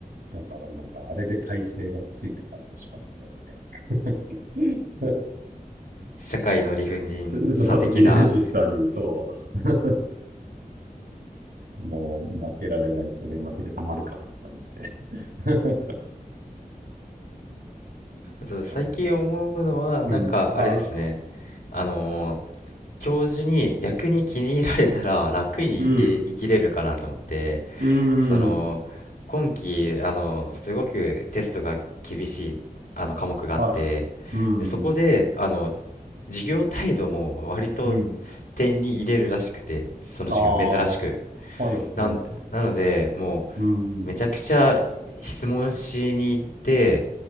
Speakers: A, on the right; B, on the left.
A: だからなんか、あれで体勢がついた感じがしますね。<laughs>
B: 社会の理不尽さ的な、
A: そう、理不尽さに、そう。もう負けられないってね、負けてたまるか、感じで。<laughs> そうなんだねうん、
B: ただ最近思うのは、なんかあれですね。
A: は
B: あのー教授に逆に気に入られたら楽に生き、
A: い。うん、
B: 生きれるかなと思って、
A: うん、
B: その今期あのすごくテストが厳しいあの科目があってでそこであの
A: はい。うん、
B: 授業態度も割と
A: うん。
B: 点に入れるらしくてその授業珍しく
A: ああ、はい、はい。
B: なんなのでも
A: うん、
B: うめちゃくちゃ質問しに行って
A: う